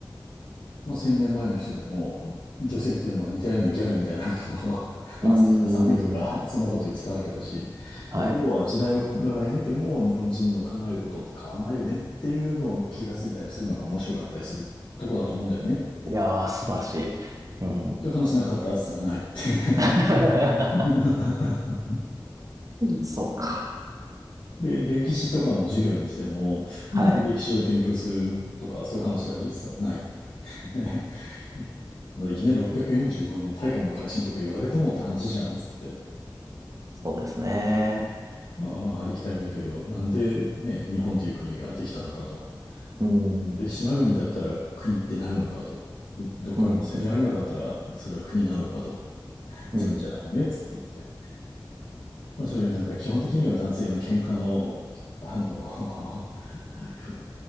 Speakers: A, on the left; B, on the right.
A: もう1000年前の人でも、女性っていうのは似たようにギャルみたいなことを <laughs> 暑いとか寒いとか、
B: うーん。
A: そんなこと言ってたわけだし、
B: はい。
A: まあ、要は時代をが経ても日本人の考えることって変わんないよねっていうのを気がついたりするのが面白かったりするとこだと思うんだよねって。
B: いやー、素晴らしい。うん。
A: そういう話なかったっつったらないって。
B: <laughs>
A: <laughs>
B: そうか。
A: で、歴史とかの授業にしても、
B: はい。
A: なんで歴史を勉強するとか、そういう話やるっつったらないって。<laughs> いいきなり645年大化の改新とか言われてもって話じゃんっつって。
B: そうですね。
A: ね、まあまあありきたりだけど、なんでね、日本という国ができたのかと。
B: うん。
A: で、島国だったら国ってなるのかと。で、どっからも攻められなかったらそれは国なのかと。
B: うん。うん。うん
A: それじゃないよねっつって言って。まあそういうなんか基本的には男性の喧嘩の、あの <laughs> ふ